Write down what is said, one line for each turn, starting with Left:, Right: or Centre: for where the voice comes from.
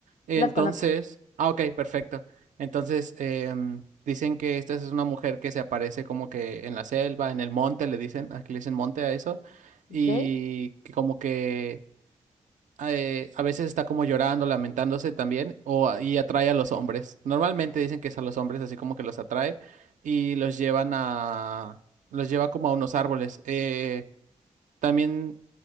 Right: Entonces,
Left: las conozco.
Right: ah, ok, perfecto. Entonces, em, dicen que esta es una mujer que se aparece como que en la selva, en el monte, le dicen, aquí le dicen monte a eso, y
Left: Ok,
Right: que como que eh, a veces está como llorando, lamentándose también, o, a- y atrae a los hombres. Normalmente dicen que es a los hombres, así como que los atrae y los llevan a, los lleva como a unos árboles. Eh, también,